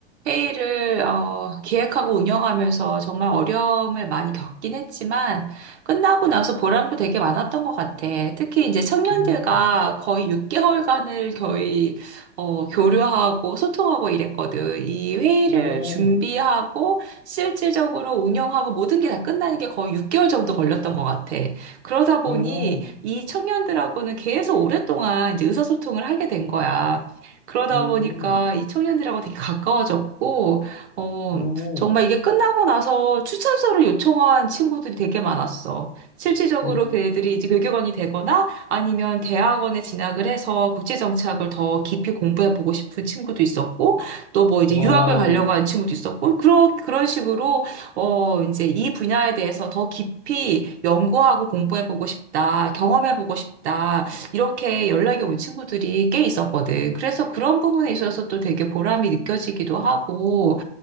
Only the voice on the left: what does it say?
음,
오,
음,
음,
음,
음.
와.